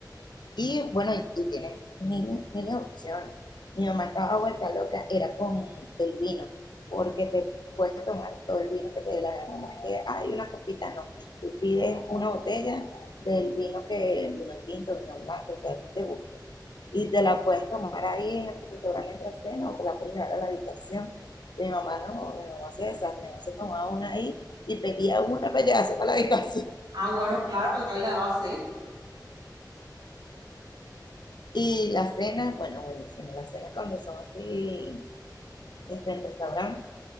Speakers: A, on the left; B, on the right.
A: Y bueno, y, y tienes miles, miles de opciones. Mi mamá estaba vuelta loca, era con el vino, porque te puedes tomar todo el vino que te dé la gana. No es que hay una copita, no. Tú pides una botella del vino que, vino tinto, vino blanco, que a ti te guste. Y te la puedes tomar ahí en el restaurante entre cena o te la puedes llevar a la habitación. Mi mamá no, mi mamá se desastre, mi mamá se tomaba una ahí y pedía una para llevarse para la habitación. <laughs>
B: Ah, bueno, claro, pero acá le daba sed.
A: Y las cenas, bueno, buenísimo, las cenas cuando son así este, el restaurante